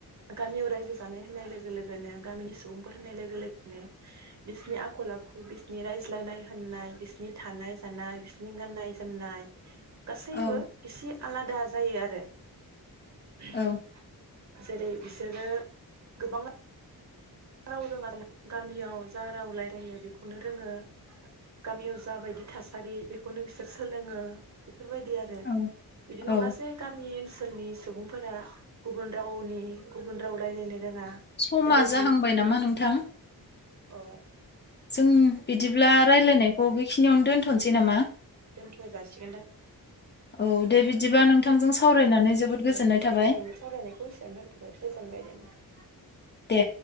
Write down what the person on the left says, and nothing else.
औ
औ
औ
औ
समा
जाहांबाय नामा नोंथां
जों बिदिब्ला रायलायनायखौ बेखिनियावनो दोनथ'नोसै नामा
औ
बिदिबा
नोंथांजों सावरायनानै जोबोद गोजोननाय
थाबाय
दे